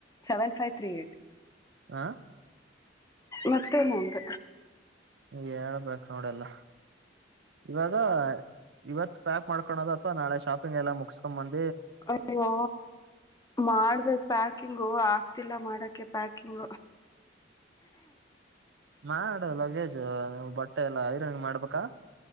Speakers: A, on the left; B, on the right.
A: seven five three eight
B: ಆ
A: ಮತ್ತೇನಂದು
B: ಹೇಳ್ಬೇಕು ನೋಡಲ್ಲ ಇವಾಗ ಇವತ್ ಪ್ಯಾಕ್ ಮಾಡ್ಕೊಳದು ಅಥವಾ ನಾಳೆ ಶಾಪಿಂಗ್ ಎಲ್ಲ ಮುಗಸ್ಕೊ ಬಂದ
A: ಅಯ್ಯೋ ಮಾಡ್ಬೇಕ್ ಪ್ಯಾಕಿಂಗ್ ಆಗ್ತಿಲ್ಲ ಮಾಡಕ್ಕೆ ಬಾಕಿಂಗ
B: ಮಾಡ ಲಗೇಜ್ ಬಟ್ಟೆ ಎಲ್ಲ ಐರಂಗ ಮಾಡ್ಬೇಕಾ